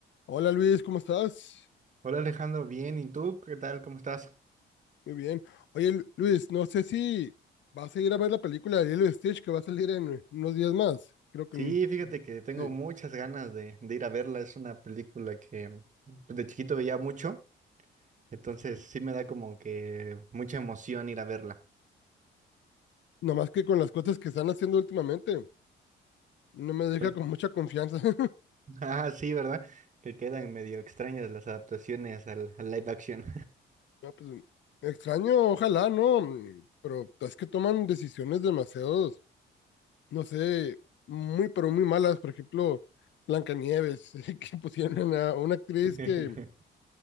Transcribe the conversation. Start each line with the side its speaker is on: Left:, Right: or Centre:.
Left: Hola Luis, ¿cómo estás?
Right: Hola Alejandro, bien, ¿y tú qué tal? ¿Cómo estás?
Left: Muy bien. Oye Lu- Luis, no sé si vas a ir a ver la película de Lilo y Stitch que va a salir en unos días más. Creo que
Right: Sí,
Left: en-
Right: fíjate que tengo
Left: sí.
Right: muchas ganas de, de ir a verla. Es una película que pues, de chiquito veía mucho, entonces sí me da como que mucha emoción ir a verla.
Left: Nomás que con las cosas que están haciendo últimamente, no me deja
Right: ¿Cuál-
Left: con mucha confianza. <laughs>
Right: <laughs> Ah, sí, ¿verdad? Que quedan medio extrañas las adaptaciones al, al live action.
Left: No, pues, extraño, ojalá, ¿no? Mm, Pero es que toman decisiones demasiados, no sé, muy, pero muy malas. Por ejemplo, Blancanieves, <laughs> que pusieron a una actriz
Right: <laughs>
Left: que,